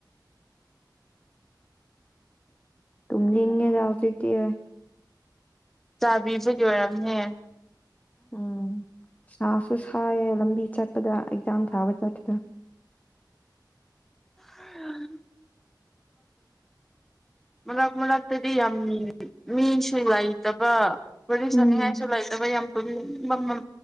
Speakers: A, on the left; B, in the centre.
A: ꯇꯨ ꯂꯤꯡꯒꯦ ꯌꯥꯁꯤ ꯀ ꯍꯥꯏ
B: ꯆꯥꯕꯤꯕꯒꯤ ꯑꯣꯏꯔꯝꯅꯦ
A: ꯎꯝ ꯁꯥꯁꯨ ꯀꯌꯦ ꯂꯝꯕꯤ ꯆꯠꯄꯗ ꯆꯝ ꯊꯥꯕ ꯆꯠꯠꯇꯠꯇ
B: ꯎ ꯃꯛ ꯃꯅꯥꯛꯇꯗꯤ ꯌꯥꯝ ꯃꯤꯁꯨ ꯂꯩꯏꯇꯕ ꯋꯥꯔꯤ ꯁꯅꯤꯡꯉꯥꯏꯁꯨ
A: ꯎꯝ
B: ꯂꯩꯥꯏꯇꯕ ꯌꯥꯝ ꯃꯝ